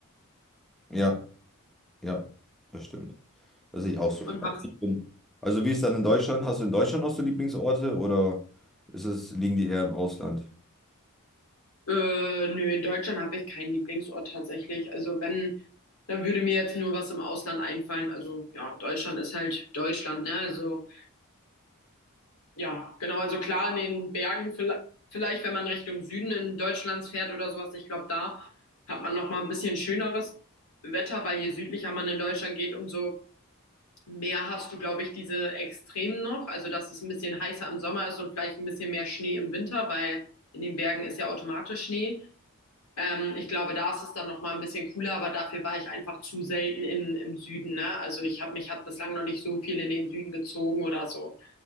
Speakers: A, in the centre; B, on the left.
A: ja, ja, das stimmt. Das sehe ich auch so.
B: Und
A: Also,
B: was?
A: ich bin, also wie ist dann in Deutschland? Hast du in Deutschland auch so Lieblingsorte oder ist es, liegen die eher im Ausland?
B: Äh, nö, in Deutschland habe ich keinen Lieblingsort tatsächlich. Also wenn, da würde mir jetzt nur was im Ausland einfallen. Also ja, Deutschland ist halt Deutschland, ne? Also Ja, genau. Also klar, in den Bergen, vielleicht, vielleicht wenn man Richtung Süden in Deutschlands fährt oder sowas, ich glaube, da hat man noch mal ein bisschen schöneres Wetter, weil je südlicher man in Deutschland geht, umso mehr hast du, glaube ich, diese Extremen noch. Also, dass es ein bisschen heißer im Sommer ist und vielleicht ein bisschen mehr Schnee im Winter, weil in den Bergen ist ja automatisch Schnee. Ähm, ich glaube, da ist es dann noch mal ein bisschen cooler, aber dafür war ich einfach zu selten in, im Süden, ne? Also, ich habe mich hat bislang noch nicht so viel in den Süden gezogen oder so.